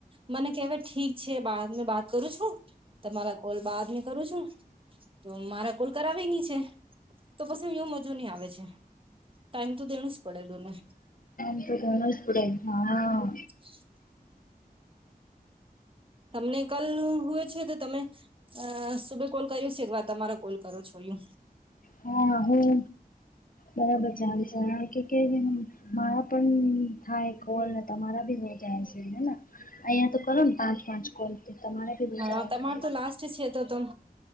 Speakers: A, on the right (about 35°); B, on the left (about 60°).
A: મને કહેવાય ઠીક છે, બાદ બાત કરું છું, તમારા કોલ બાદને કરું છું. તો મારા કોલ કરવાની છે. તો પછી હ એવ મજો નહી આવે છે, ટાઈમ તો દેણું જ પડે તુંને.
B: એ તો ઘન પડે, હા.
A: હ. તમને કલ હોય છે, તો તમે અ સુબ કોલ કર્યું છે, એકવાર તમારો કોલ કરો છો યું.
B: હા, હું બરાબર ચાલે છે, કે ર મારા પણ થાય કોલ ને, તમારા ભી હો જાય છે. અહિયાં તો કરો ને, પાંચ-પાંચ કોલ તમારે બી
A: હા
B: થયા
A: તમાર
B: જાય.
A: તો લાસ્ટ છે તો તમ